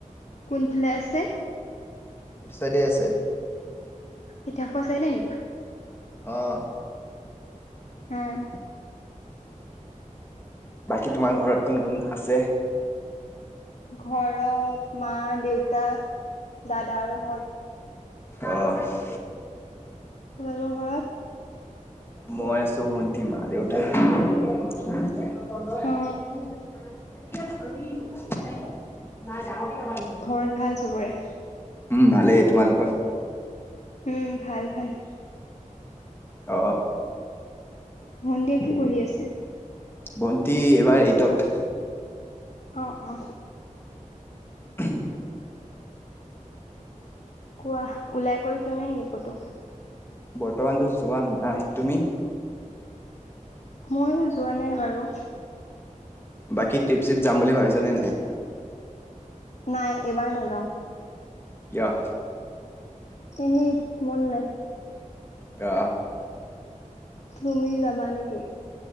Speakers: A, on the left (about 55°); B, on the left (about 15°).
A: কোনফালে আছে?
B: এইটো চাইডে আছে।
A: কেতিয়া খোৱা চাই নে নেকি?
B: অহ',
A: উম,
B: বাকী তোমাৰ ঘৰত কোন -কোন আছে?
A: ঘৰত মা, দেউতা, দাদা আৰু মই।
B: অহ',
A: তোমালোকৰ ঘৰত?
B: মই আছো ভণ্টি, মা, দেউতা। <unintelligible>
A: অ ঘৰত ভাল চবৰে?
B: উম ভালেই। তোমালোকৰ?
A: উম ভাল ভাল।
B: অ
A: ভন্তিয়ে কি পঢ়ি আছে?
B: ভটি এইবাৰ এইটত।
A: অ', অ',
B: <unintelligible>
A: কোৱা ওলাই কৰি যোৱা নাই নেকি ক'তো?
B: বৰ্তমানতো যোৱা নাই তুমি?
A: ময়ো যোৱা নাই বাৰু।
B: বাকী ট্ৰিপ চিপ যাম বুলি ভাবিছা নে নাই?
A: নাই এবাৰ নযাওঁ।
B: যাহ।
A: এনে মন নাই।
B: অ।
A: তুমি যাবা নেকি?